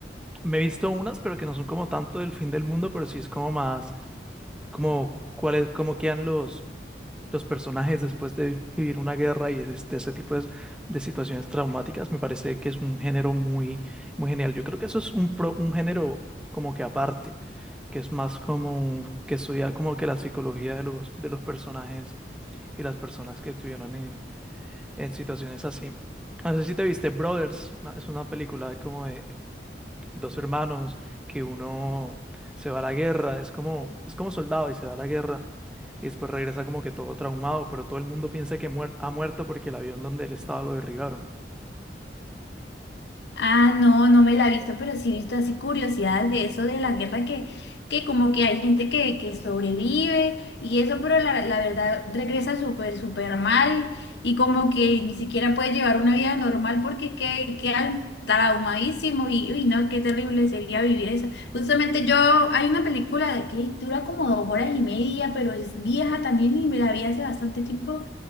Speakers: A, in the centre; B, on the left.
A: me he visto unas, pero que no son como tanto del fin del mundo, pero sí es como más, como cuáles, cómo quedan los, los personajes después de vivir una guerra y es este, ese tipo de, de situaciones traumáticas. Me parece que es un género muy, muy genial. Yo creo que eso es un, pro- un género como que aparte, que es más como que estudiar como que la psicología de los, de los personajes y las personas que estuvieron en, en situaciones así. No sé si te viste Brothers, una- es una película como de, dos hermanos, que uno se va a la guerra, es como, es como soldado y se va a la guerra y después regresa como que todo traumado, pero todo el mundo piensa que muer- ha muerto porque el avión donde él estaba lo derribaron.
B: Ah, no, no me la he visto, pero sí he visto así curiosidades de eso, de la guerra que, que como que hay gente que, que sobrevive y eso, pero la, la verdad regresa súper, súper mal y como que ni siquiera puede llevar una vida normal porque que, quedan traumadísimos y uy, no, qué terrible sería vivir eso. Justamente yo, hay una película de que dura como dos horas y media, pero es vieja también y me la vi hace bastante tiempo